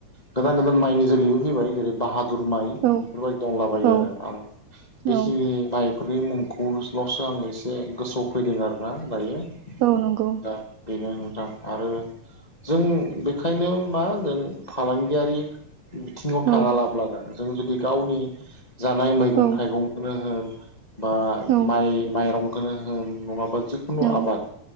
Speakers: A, on the left; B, on the right.
A: गोदान गोदान माइनि जोलैबो फैबाय जेरै बाहा- दुर माइ
B: औ
A: बेफोरबादि दंलाबायो
B: औ
A: आरो आं बेखिनि
B: औ
A: माइ बेफोरनि मुंखौलसो आं एसे गोसोआव फैदों आर ना दायो
B: औ नंगौ
A: दा बेनो नोंथां आरो जों बेखायनो मा जों फालांगियारि बिथिङाव
B: औ
A: थाङा लाब्लानो जों जुदि गावनि जानाय मैगं
B: औ
A: थाइगंखौनो होन <inaudible> बा
B: औ
A: माइ माइरं खोनो होन नङाबा जिखुनु
B: औ
A: आबाद